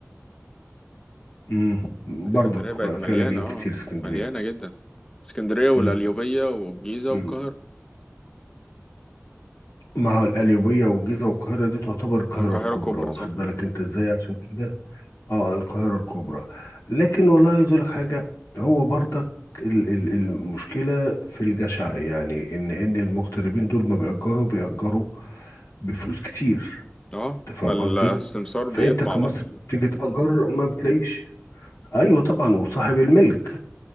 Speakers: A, on the left (about 70°); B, on the left (about 15°).
A: امم برضك
B: اسكندرية بقت
A: بقى فيها
B: مليانة
A: لاجئين
B: اه
A: كتير اسكندرية
B: مليانة جدا اسكندرية والقليوبية
A: امم
B: والجيزة
A: امم
B: والقاهرة
A: ما هو القليوبية والجيزة والقاهرة دي تعتبر القاهرة
B: اه القاهرة
A: الكبرى
B: كبرى
A: واخد
B: صح
A: بالك انت ازاي عشان كده اه القاهرة الكبرى لكن والله عايز اقول لك حاجة هو برضك ال- ال- المشكلة في الجشع يعني ان ان المغتربين دول ما بيأجروا بيأجروا بفلوس كتير
B: اه
A: انت
B: فالسمسار
A: فاهم قصدي فانت
B: بيطمع
A: كمصري
B: بقى
A: بتيجي تأجر ما بتلاقيش ايوه طبعا وصاحب الملك